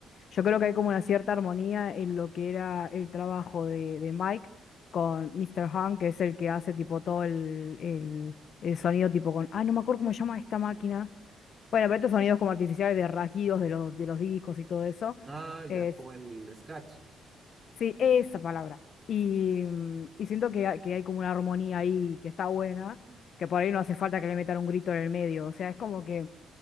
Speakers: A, on the left; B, on the right.
A: yo creo que hay como una cierta armonía en lo que era el trabajo de, de Mike con Mr. Han, que es el que hace tipo todo el, el, el sonido tipo con, ay, no me acuerdo cómo se llama esta máquina. Bueno, pero estos sonidos como artificiales de rasguidos de los, de los discos y todo eso.
B: Ah, ya,
A: Es,
B: como el scratch.
A: Sí, esa palabra. Y, mm, y siento que, ha- que hay como una armonía ahí que está buena,
B: Mm.
A: que por ahí no hace falta que le metan un grito en el medio. O sea, es como que